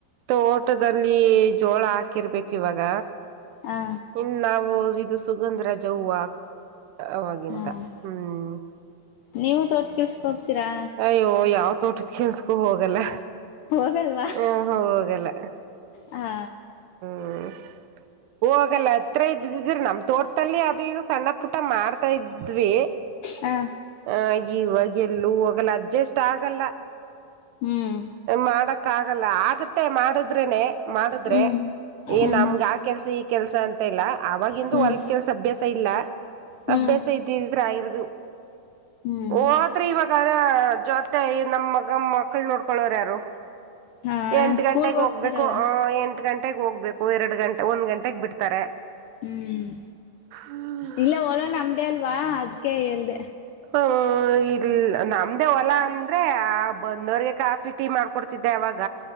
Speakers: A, on the right (about 85°); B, on the left (about 80°).
A: ತೋಟದಲ್ಲಿ ಜೋಳ ಹಾಕಿರ್ಬೇಕ ಇವಾಗ.
B: ಹ
A: ಇಲ್ಲಾ ನ ಇದು ಸುಗಂಧರಾಜ ಹೂವ. ಅವಾಗಿಂತ
B: ಹ್ಮ್
A: ಹ್ಮ.
B: ನೀವು ತೋಟ ಕೆಲ್ಸಕ್ ಹೋಗ್ತೀರಾ
A: ಅಯ್ಯೋ ಯಾವ ತೋಟದ ಕೆಲಸಕ್ಕೂ ಹೋಗಲ್ಲ.
B: ಹೋಗಲ್ವಾ
A: ಹ ಹೋಗಲ್ಲ.
B: ಹಾ
A: ಹ್ಮ. ಹೋಗಲ್ಲ ಹತ್ರ ಇದ್ದಿದ್ ನಮ್ ತೋಟದಲ್ಲಿ ಅದು ಇದು ಸಣ್ಣ ಪುಟ ಮಾಡ್ತಾ ಇದ್ವಿ.
B: ಹಾ
A: ಆ ಇವಾಗ ಎಲ್ಲೂ ಹೋಗಲ್ಲ ಅಡ್ಜಸ್ಟ ಆಗಲ್ಲ
B: ಹ್ಮ್
A: ಮಾಡಕ್ ಆಗಲ್ಲ ಆಗತ್ತೆ ಮಾಡದ್ರೇನೆ ಮಾಡದ್ರೆ.
B: ಹ್ಮ್ ಹ್ಮ್
A: ಏ ನಮಗ ಆ ಕೆಲ್ಸ ಈ ಕೆಲ್ಸ ಅಂತ ಇಲ್ಲ ಅವಾಗಿಂದು
B: ಹ್ಮ್
A: ಹೊಲ್ದ ಕೆಲ್ಸ ಅಭ್ಯಾಸ ಇಲ್ಲ.
B: ಹ್ಮ್
A: ಅಭ್ಯಾಸ ಇದ್ದಿದಿದ್ರೆ ಆಗಿರದು.
B: ಹ್ಮ್
A: ಹೋದ್ರ ಇವಾಗದ ಜೊತೆ ನಮ್ ಮಗ ಮಕ್ಳ ನೋಡ್ಕೊಳೋರು ಯಾರು.
B: ಹಾ
A: ಎಂಟ
B: ಸ್ಕೂಲ್ಗೆ
A: ಗಂಟೆಗ
B: ಹೋಗ್ತಾರಲ್ಲ
A: ಹೋಗ್ಬೇಕು ಆ ಎಂಟ ಗಂಟೆಗ ಹೋಗ್ಬೇಕು ಎರಡ ಗಂಟೆ ಒಂದ್ ಗಂಟೆಗ ಬಿಡ್ತಾರ.
B: ಹ್ಮ
A: ಹ್ಮ್
B: ಇಲ್ಲ ಒಲೋ ನಮ್ದೇ ಅಲ್ವಾ ಅದಕೇ ಹೇಳ್ದ.
A: ಪಾ ಇಲ್ ನಮ್ದೇ ಹೊಲ ಅಂದ್ರೆ ಆ ಬಂದವ್ರಗೆ ಕಾಫಿ ಟೀ ಮಾಡ್ಕೊಡ್ತಿದ್ದೆ ಅವಾಗ.